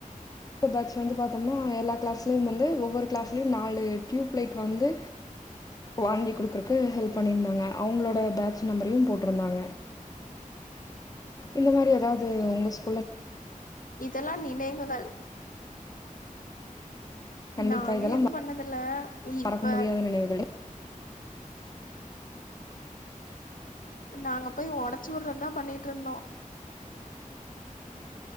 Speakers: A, on the left; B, on the left.
A: பேட்ச வந்து பாத்தோம்னா எல்லா கிளாஸ்லயும் வந்து ஒவ்வொரு கிளாஸ்லயும் நாலு டியயூப்லைட் வந்து வாங்கி குடுக்குறதுக்கு ஹெல்ப் பண்ணிருந்தாங்க அவங்களோட பேட்ச நம்பரையும் போட்டிருந்தாங்க இந்த மாரி ஏதாவது உங்க ஸ்கூ
B: இதெல்லாம் நினைவுகள்
A: கண்டிப்பாக
B: நாங்க
A: இதெல்லாம்
B: எது பண்ணதுல இப்ப
A: மறக்க முடியாத நினைவுகள்
B: நாங்க போய் உடைச்சு விடுறதுதான் பண்ணிட்டு இருந்தோம்